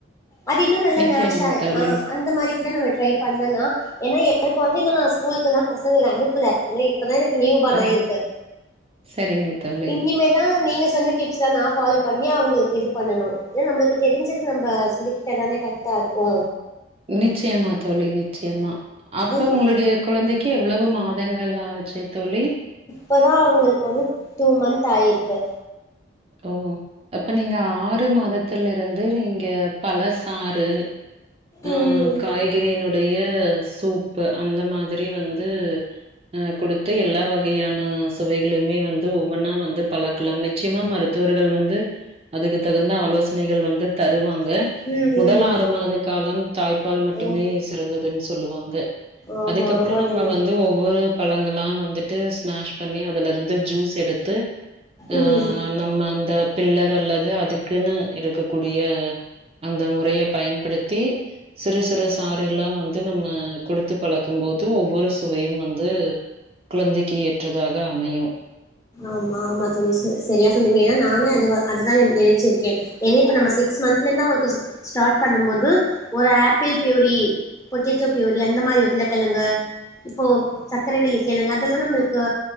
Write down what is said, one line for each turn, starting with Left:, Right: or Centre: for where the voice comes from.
Left: அது இன்னு நல்லா
Right: நிச்சயமா
Left: மேஷ் ஆய்
Right: தோழி.
Left: ஆஹ் அந்த மாரி ங்க நம்ம ட்ரை பண்ணலா ஏன்னா எனக்கு வந்து இன்னு நா ஸ்கூல்குலா பசங்கள அனுப்புல வெய்ட் இப்பதா எனக்கு நியூ பார்ன்
Right: ஓ!
Left: ஆயிருக்கு
Right: சரிங்க தோழி.
Left: இன்னிமேதா நீங்க சொன்ன டிப்ஸ் தா நா ஃபாலோ பண்ணி அவுங்களுக்கு இது பண்ணணு ஏ நம்பளுக்கு தெரிஞ்சது நம்ப சொல்லி கொடுத்தாதானே கர்ட்டாருக்கோ
Right: நிச்சயமா தோழி நிச்சயமா அப்ப
Left: ம்
Right: உங்களுடைய கொழந்தைக் கி எவ்ளவு மாதங்கள் ஆச்சி தோழி
Left: பதா அவுங்களுக்கு வந்து டூ மன்த் ஆயிருக்கு
Right: ஓ அப்ப நீங்க ஆறு மாதத்துலருந்து நீங்க பழசாறு ஆஹ்
Left: ம்
Right: காய்கறி இன்னோ டைய சூப்பு அந்த மாதிரி வந்து அஹ் குடுத்து எல்லா வகையான சுவைகளுமே வந்து ஒவ்வொன்னா வந்து பலக்கலாம் நிச்சயமா மரு த்துவர்கள் வந்து அதுக்கு தகுந்த ஆலோசனைகள் வந்து தருவாங் க
Left: ம்
Right: முதலாறு
Left: ம்
Right: மாத காலம் தாய்ப்பால் மட்டுமே
Left: ஆம்
Right: சிறந்ததுன் ஸ் சொல்லுவாங்க
Left: ஆமா
Right: அதுக்கப்றோ
Left: ஆமா
Right: நம்ம
Left: தோழி
Right: வந்து ஒவ்வொரு பழங் கள்ளாம் வந்துட்டு ஸ்மேஷ் பண்ணி அதுலருந் து ஜூஸ் எடுத்து ஆ
Left: ம்
Right: நம்ம அந்த பில்லர் அல்லது அதுக்குன்னு இருக்ககூடிய அந்த முறைய பயன்படுத் தி சிறு சிறு சாறுகல்லா வந்து நம்ம கொடுத்து பழக்கும் போது ஒவ்வொரு சுவையும் வந்து குழந்தைக்கி ஏற்றதாக அமையு
Left: ஆமா ஆமா தோழி ச சரியா சொன்னிங்க ஏனா நானு அது அதுதா நி நினைச்சிர்க்கே என்னைக்கு நம்ம சிக்ஸ் மன்த்லந்தா உங்களுக்கு ச ஸ்டார்ட் பண்ணும்போது ஒரு ஆப்பிள் பியூரி பொட்டேட்டோ பியூரி அந்த மாரி உருளக்கிழங்கு இப்போ சக்கரைவெள்ளி கிழங்கு அதெல்லா நம்மளுக்கு